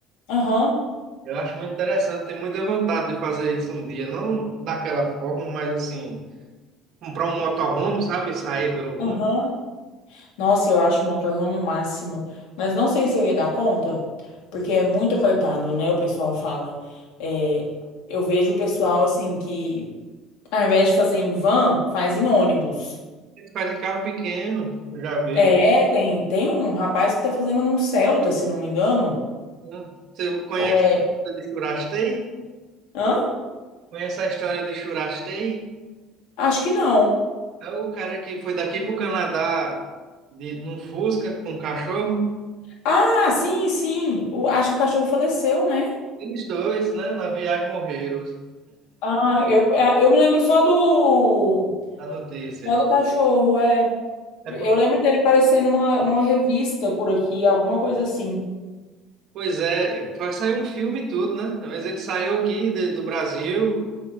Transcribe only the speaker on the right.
Eu acho muito interessante, tenho muita vontade de fazer isso um dia. Não daquela forma, mas assim, comprar um motorhome, sabe? Sair pelo mundo.
Eles fazem carro pequeno, eu já vi.
né? Você conhece
a história de Churastei?
Conhece a história de Churastei?
É o cara que foi daqui pro Canadá de, num Fusca com um cachorro.
Eles dois, né, na viagem morreram,
a notícia.
É,
po-
pois é, vai sair um filme e tudo, né? Mas ele saiu aqui de- do Brasil